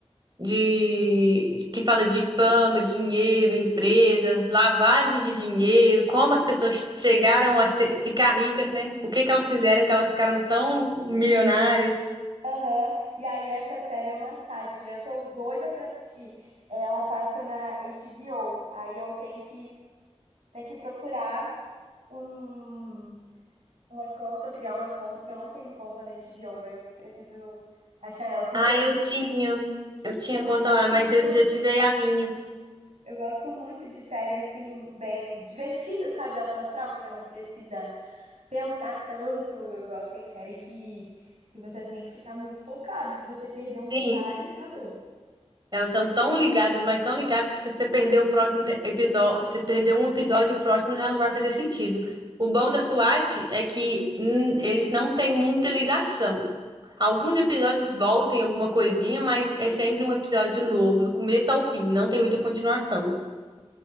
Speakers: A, on the right; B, on the right.
A: de que fala de fama, dinheiro, empresa, lavagem de dinheiro, como as pessoas chegaram a ser- ficar ricas, né? O que que elas fizeram que elas ficaram tão milionárias?
B: aham, e aí essa série é uma sátira. Eu tô doida pra assistir. Ela passa na HBO. Aí eu tenho que, tenho que procurar um uma conta, criar uma conta, porque eu não tenho conta na HBO, aí eu preciso achar ela, porque
A: Ah,
B: eu,
A: eu tinha, eu tinha
B: eu
A: conta
B: gosto
A: lá, mas
B: muito.
A: eu desativei a minha.
B: Eu gosto muito de série assim, bem divertida, sabe? Alto astral, que você não precisa pensar tanto, igual tem série que, que você tem que ficar muito focado. Se você perder um detalhe,
A: Sim,
B: acabou.
A: Elas são tão ligadas, mas tão ligadas que se você perder o próximo episódio, se você perder um episódio, o próximo já não vai fazer sentido. O bom da SWAT é que hum, eles não têm muita ligação. Alguns episódios voltam em alguma coisinha, mas é sempre um episódio novo, do começo ao fim, não tem muita continuação.